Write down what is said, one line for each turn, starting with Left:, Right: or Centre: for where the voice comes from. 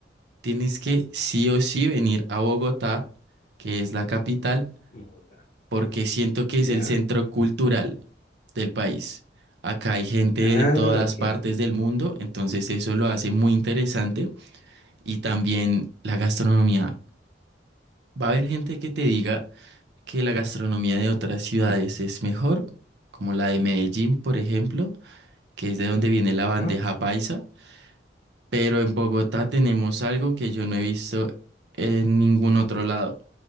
Right: tienes que sí o sí venir a Bogotá, que es la capital,
Left: Mota.
Right: porque siento que
Left: ¿Ya?
Right: es el centro cultural del país. Acá hay gente
Left: Ah,
Right: de todas
Left: ok.
Right: partes del mundo, entonces eso lo hace muy interesante. Y también la gastronomía. Va a haber gente que te diga que la gastronomía de otras ciudades es mejor, como la de Medellín, por ejemplo, que es de donde viene la
Left: ¿Ya?
Right: bandeja paisa, pero en Bogotá tenemos algo que yo no he visto en ningún otro lado